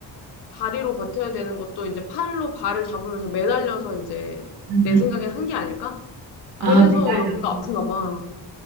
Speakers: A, on the left (about 75°); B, on the right (about 65°).
A: 다리로 버텨야 되는 것도 이제 팔로 발을 잡으면서 매달려서 이제
B: 음,
A: 내
B: 음.
A: 생각엔 한 게 아닐까?
B: 아,
A: 그래서
B: 매달려서.
A: 여기가 아픈가 봐.